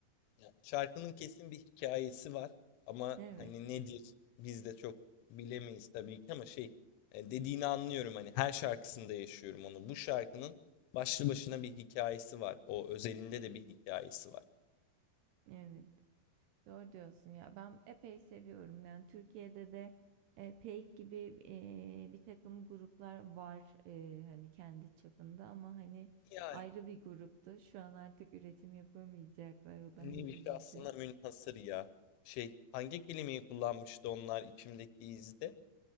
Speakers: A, on the left; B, on the right.
A: Ya, Şarkının kesin bir hikayesi var ama
B: Evet,
A: hani nedir biz de çok bilemeyiz tabii ki ama şey e, dediğini anlıyorum hani her şarkısında yaşıyorum onu. Bu şarkının başlı başına bir hikayesi var. O özelinde de bir hikayesi var.
B: evet. Doğru diyorsun ya. Ben epey seviyorum. Yani, Türkiye'de de, eee, PEYK gibi, e, bir takım gruplar var, eee, hani, kendi çapında ama, hani,
A: Yani
B: ayrı bir gruptu. Şu an artık üretim yapamayacaklar. O da,
A: nevi
B: hani, üzücü.
A: şahsına münhasır ya. Şey hangi kelimeyi kullanmıştı onlar içimdeki izde?